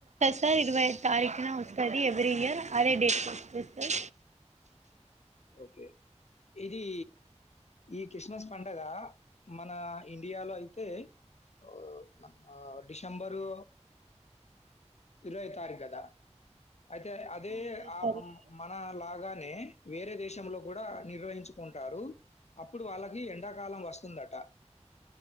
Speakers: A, on the right; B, on the left.
A: సార్ ఇరవైఐదు తారీఖన వస్తుంది ఎవరీ ఇయర్ అదే డేట్కి వస్తది సార్
B: ఓకే ఇదీ ఇ క్రిస్మస్ పండగ మన ఇండియాలో అయితే ఒ మన డిసెంబరు ఇరవై ఐదు తారిఖ్ కదా అయితే అదే
A: ఇరవై
B: ఆ
A: తారీఖు
B: మన లాగానే వేరే దేశంలో కూడా నిర్వహించుకుంటారు అప్పుడు వాళ్ళకి ఎండాకాలం వస్తుందట